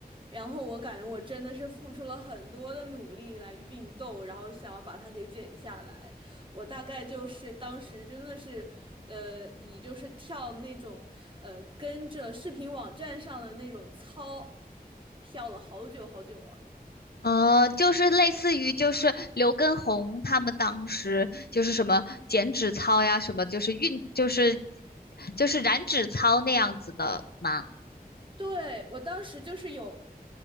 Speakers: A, on the right; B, on the left.
A: 然后我感觉我真的是付出了很多的努力来运动，然后想要把它给减下来。我大概就是当时真的是，呃，以就是跳那种呃跟着视频网站上的那种操，跳了好久好久啊。
B: 呃，就是类似于就是刘畊宏他们当时就是什么减脂操呀，什么就是运就是就是燃脂操那样子的吗？
A: 对，我当时就是有